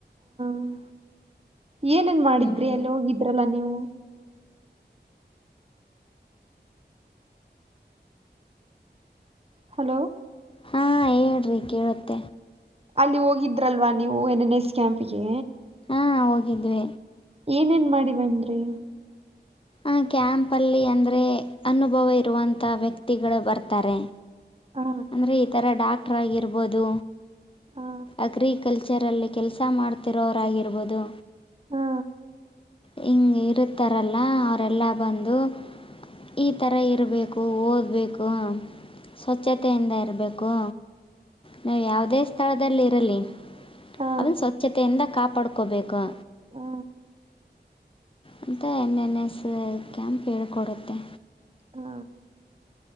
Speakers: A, on the right (about 35°); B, on the left (about 30°).
A: ಹಾ ಏನೇನ್ ಮಾಡಿದ್ರಿ
B: ಹ್ಞೂ
A: ಎಲ್ಲಿ ಹೋಗಿದ್ರಲ್ಲ ನೀವು. ಹಲೋ.
B: ಹಾ ಹೇಳ್ರಿ ಕೇಳುತ್ತೆ.
A: ಅಲ್ಲಿ ಹೋಗಿದ್ರಲ್ವಾ ನೀವು ಎನ್ ಎನ್ ಎಸ್ ಕ್ಯಾಂಪ ಗೆ.
B: ಹಾ ಹೋಗಿದ್ವಿ.
A: ಏನೇನ್ ಮಾಡಿವೇನ್ರಿ.
B: ಆ ಕ್ಯಾಂಪ ಅಲ್ಲಿ ಅಂದ್ರೆ ಅನುಭವ ಇರುವಂತ ವ್ಯಕ್ತಿಗಳು ಬರ್ತಾರೆ.
A: ಆ,
B: ಅಂದ್ರೆ ಈ ತರ ಡಾಕ್ಟ್ರ ಆಗಿರ್ಬೋದು.
A: ಆ,
B: ಅಗ್ರಿಕಲ್ಚರಲ್ಲಿ ಕೆಲಸ ಮಾಡ್ತಿರೋರಾಗಿರ್ಬೋದು.
A: ಹಾ.
B: ಹಿಂಗೆ ಇರುತ್ತಾರಲ್ಲ ಅವರೆಲ್ಲ ಬಂದು. ಈ ಥರ ಇರಬೇಕು ಓದಬೇಕು ಸ್ವಚ್ ಸ್ವಚ್ಛತೆಯಿಂದ ಇರಬೇಕು ನೀವು ಯಾವುದೇ ಸ್ಥಳದಲ್ಲಿರಲಿ.
A: ಆ,
B: ಅದನ್ನ ಸ್ವಚ್ಛತೆಯಿಂದ ಕಾಪಾಡ್ಕೋಬೇಕು.
A: ಆ,
B: ಅಂತ ಎನ್ ಎನ್ ಎಸ್ ಕ್ಯಾಂಪ್ ಹೇಳ್ಕೊಡುತ್ತೆ.
A: ಹಾ.